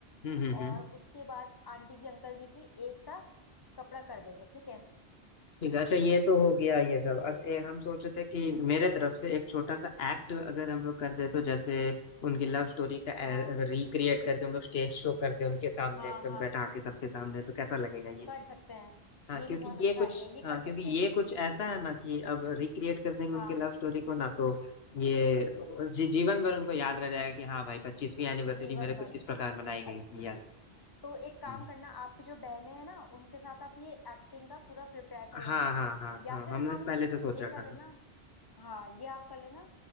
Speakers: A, on the left (about 75°); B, on the left (about 25°).
A: हम्म हम्म
B: और
A: हम्म
B: उसके बाद आंटी जी अंकल जी की एक सा कपड़ा कर देंगे ठीक है
A: ठीक है अच्छा ये तो हो गया ये सब अच्छा ये हम सोचे थे कि मेरे तरफ से एक छोटा सा एक्ट अगर हम लोग कर दे तो जैसे उनकी लव स्टोरी का
B: हाँ
A: रिक्रिएट करके हम लोग स्टेज शो कर दे उनके सामने
B: हाँ
A: एकदम
B: हाँ
A: बैठा के सबके सामने तो कैसा लगेगा ये
B: कर सकते हैं
A: हाँ
B: ये
A: क्योंकि
B: भी बहुत अच्छा
A: ये कुछ
B: आइडिया ये
A: हाँ
B: कर सकते
A: क्योंकि
B: हैं
A: ये कुछ ऐसा है ना कि अब रिक्रिएट कर देंगे
B: हाँ
A: उनकी लव स्टोरी को ना तो ये जी, जीवन भर उनको याद रह जाएगा कि हाँ भाई पच्चीसवीं एनिवर्सरी
B: जीवन
A: मेरे कुछ
B: भर
A: इस प्रकार मनाई
B: अच्छी
A: गई थी
B: थी
A: यस
B: तो एक काम
A: जी
B: करना आपकी जो बहनें हैं ना उनके साथ आप ये एक्टिंग का पूरा प्रिपेयर कर लेना
A: हाँ हाँ हाँ
B: या
A: हाँ
B: फिर
A: हमने
B: हम
A: इस पहले से सोच
B: ये
A: रखा
B: कर
A: था
B: लेना हाँ ये आप कर लेना